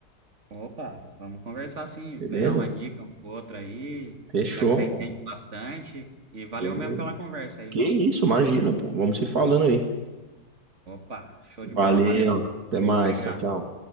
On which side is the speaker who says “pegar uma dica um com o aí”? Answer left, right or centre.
Right